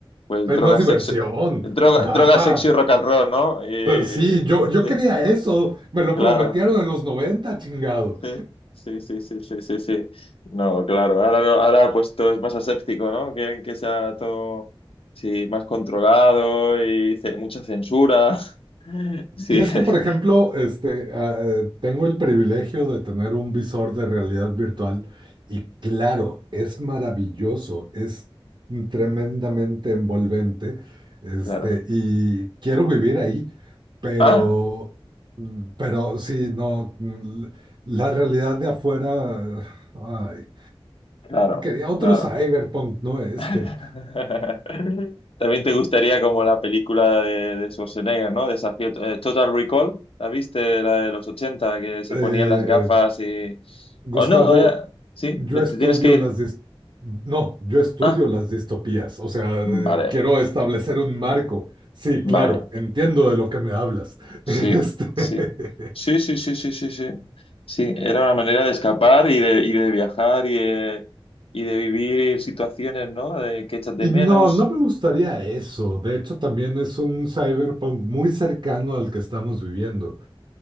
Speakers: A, on the left; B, on the right.
A: pues
B: Hay
A: droga,
B: más diversión.
A: sexo, droga,
B: <laughs> Ajá.
A: droga, sexo y rock and roll, ¿no? Y,
B: Eh, Sí, yo, yo
A: sí,
B: quería eso, me lo
A: claro.
B: prometieron en los noventa, chingado.
A: Sí, sí, sí, sí, sí, sí, sí. No, claro. Ahora, no- ahora pues todo es más aséptico, ¿no? Quieren que sea todo sí, más controlado y ce- mucha censura. <laughs> Sí,
B: Y
A: <laughs>
B: es que, por ejemplo, este, ah, eh, tengo el privilegio de tener un visor de realidad virtual y claro, es maravilloso, es tremendamente envolvente, este,
A: claro.
B: y quiero vivir ahí, pero,
A: Ah,
B: mm, pero sí, no, l- la realidad de afuera, ay,
A: claro,
B: quería otro
A: claro.
B: cyberpunk, no este.
A: <laughs> También te gustaría como la película de, de Schwarzenegger, ¿no? Desafío, eh, Total Recall. ¿La viste? La de los 80 que se
B: Eh,
A: ponían las gafas y...
B: Gustavo,
A: O no, eh, sí,
B: yo
A: me-
B: estudio
A: te tienes que ir.
B: las dis- No, yo estudio
A: Ah,
B: las distopías, o sea,
A: vale.
B: eh, quiero establecer un marco. Sí,
A: Vale.
B: claro, entiendo de lo que me hablas. <laughs>
A: Sí,
B: Este,
A: sí, sí, sí, sí, sí, sí, sí. Sí, era una manera de escapar y de, y de viajar y de, y de vivir situaciones, ¿no? De que echas de
B: Y
A: menos.
B: no, no me gustaría eso. De hecho, también es un cyberpunk muy cercano al que estamos viviendo.